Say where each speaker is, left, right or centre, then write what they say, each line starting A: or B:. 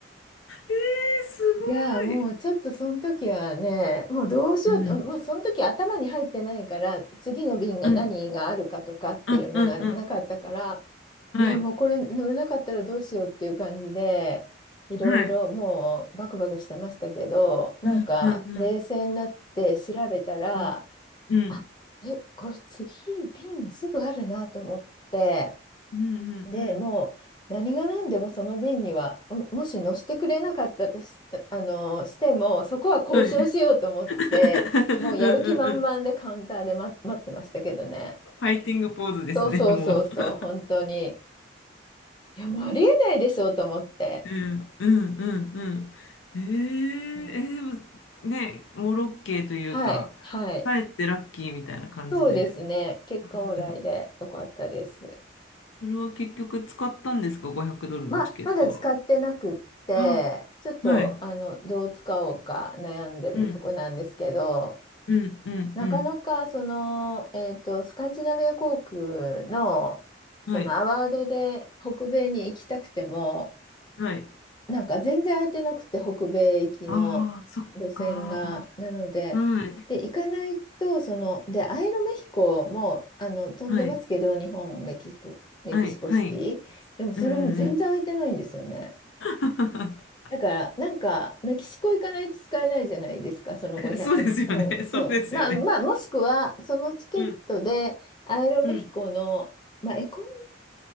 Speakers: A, on the left; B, on the left.
A: ええ、すごい。
B: いやーもうちょっとその時はね、もうどうしようと、
A: うん、
B: まあ、その時頭に入ってないから、次の便が何があるかとかっていうのがなかったから、
A: うん、うん、うん、うん、はい、
B: いや、もうこれ乗れなかったらどうしようっていう感じで、いろいろもうバクバクしてましたけど、
A: はい、
B: なんか冷静になって調べたら、
A: うん、うん、うん、うん、うん、うん、
B: あ、え、これ次瓶すぐあるなと思って、
A: うん、
B: で、
A: うん、
B: もう何が何でもその瓶には、ももし乗せてくれなかったとし、あの、しても、そこは交渉しようと思って、
A: はい。うんうんうん。
B: もうやる気満々でカウンターで待、
A: フ
B: 待ってましたけどね。
A: ァイティングポーズですね、
B: そうそうそうそう、
A: もう。
B: 本当に。いや、もうありえないでしょうと思って。
A: うんうんうんうん。えーえ、
B: うん
A: でもね、オーロッケーというか、
B: はい、はい。
A: 帰ってラッキーみたいな感じで。
B: そうですね。結果オーライでよかったです。
A: うん、それは結局使ったんですか、500ドルのチケットは。
B: ままだ使ってなくって、
A: あ、
B: ちょっと、
A: はい。
B: あの、どう使おうか悩んでるとこなんですけど、
A: うんうんうんうん。
B: なかなか、その、えっと、スカンジナビア航空の、
A: はい。
B: そのアワードで北米に行きたくても、
A: はい。
B: なんか全然空いてなくて、北米行きの路線が。
A: ああ、そっかー。
B: なので、
A: はい。
B: で、行かないと、その、で、アイロメヒコも、あの、飛んでますけど、
A: はい。
B: 日本、メキシコ、メキシコシティ。
A: はい。はい。
B: でも、それも全然空いてないんですよね。
A: うんうんうん。<laughs>
B: だから、なんか、メキシコ行かないと使えないじゃないですか、その500、
A: そうですよね。
B: うん、そう。
A: そうですよね。
B: まあ、まあ、もしくは、そのチケットで、
A: うん
B: アイロメヒコの、
A: うん。
B: まあ、エコノ